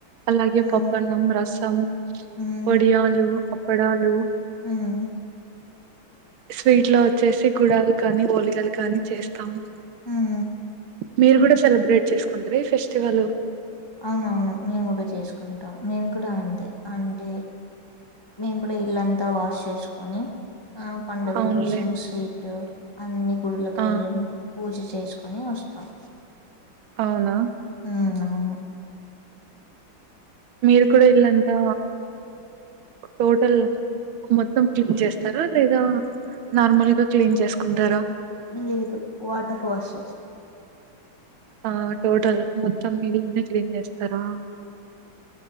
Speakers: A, on the right; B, on the left.
A: అలాగే
B: మ్మ్
A: పప్పన్నం రసం
B: మ్మ్
A: వొడియాలు ప్ వాడలు
B: మ్మ్
A: స్వీట్ లో వచ్చేసి గుడాలు కానీ వొలిగలు కానీ చేస్తాము
B: మ్మ్
A: మీరు కూడా సెలబ్రేట్ చేసుకుంటర ఈ ఫెస్టివల్
B: అవునవును మేము కూడా చేసుకుంటాం మేము కూడా అంతే అంటే మేము కూడా ఇల్లంతా వాష్ చేసుకుని ఆ పండగ
A: అవునులే
B: రోజు స్వీట్ అన్నీ గుడిలకూ
A: ఆ
B: వెళ్ళి పూజ చేసుకొని వస్తాం
A: అవున
B: మ్మ్ అవును
A: మీరు కూడ ఇళ్లంతా టోటల్ మొత్తం క్లీన్ చేస్తారా లేదా నార్మల్గా క్లీన్ చేసుకుంటారా
B: లేదు వాటర్ వాష చేస్త
A: ఆ టోటల్ మొత్తం ఇల్లంత క్లీన్ చేస్తాం